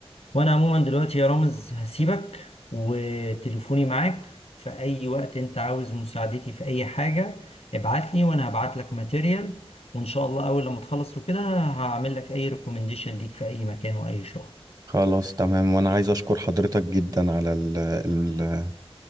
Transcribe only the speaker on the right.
خلاص تمام وانا عايز اشكر حضرتك جدا على ال- ال-